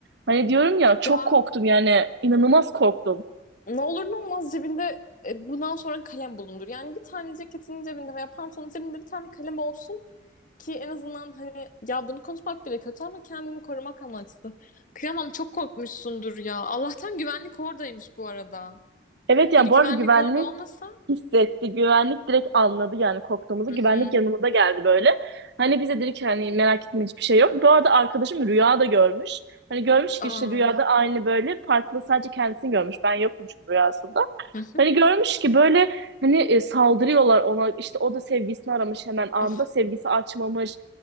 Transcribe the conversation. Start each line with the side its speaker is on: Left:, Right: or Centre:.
Right: hani diyorum ya çok
Left: Ya
Right: korktum yani inanılmaz korktum.
Left: Ne olur ne olmaz cebinde e, bundan sonra kalem bulundur. Yani bir tane ceketinin cebinde veya pantolonun cebinde bir tane kalem olsun ki en azından hani ya bunu konuşmak bile kötü ama kendini korumak amaçlı. Kıyamam çok korkmuşsundur ya. Allah'tan güvenlik oradaymış bu arada.
Right: Evet yani
Left: Hani
Right: bu
Left: güvenlik
Right: arada güvenlik
Left: orada olmasa?
Right: hissetti. Güvenlik direkt anladı yani korktuğumuzu.
Left: Hı
Right: Güvenlik
Left: hı.
Right: yanımıza geldi böyle. Hani bize dedik ki hani merak etme hiçbir şey yok. Bu arada arkadaşım rüya da görmüş. Hani görmüş
Left: Aa.
Right: ki işte rüyada aynı böyle farklı sadece kendisini görmüş. Ben yokmuşum rüyasında.
Left: Hı hı.
Right: Hani görmüş ki böyle hani e, saldırıyorlar ona. işte o da sevgisini aramış hemen anda.
Left: Ah.
Right: Sevgisi açmamış.